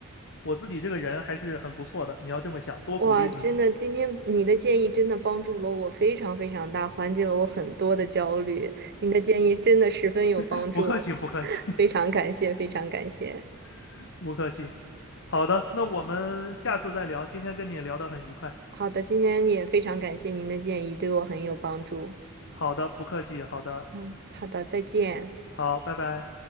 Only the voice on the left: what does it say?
我自己这个人还是很不错的。你要这么想，多鼓励自己。
<laughs> 不客气，不客气，
<laughs> 不客气。好的，那我们下次再聊。今天跟你聊得很愉快。
好的，不客气，好的，
好，拜拜。